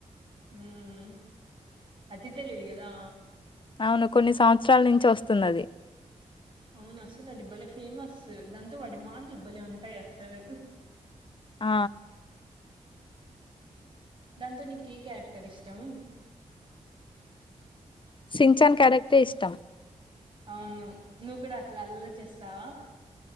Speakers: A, on the right; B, on the left.
A: మ్మ్ అతి తెలివికదా
B: అవును కొన్ని సంవత్సరాల నుంచి వస్తుంది అది
A: అవును అసలు అది బలే ఫేమస్ దాంతో వాడి మాటలు బలే ఉంటాయి అసలు
B: ఆ
A: దాతో నిక్ ఏ కారెక్టర్ ఇష్టం
B: సిఛాన్ క్యారెక్టర్ ఏ ఇష్టం
A: అవును నువ్వు కూడా అట్లా అల్లరి చేస్తావా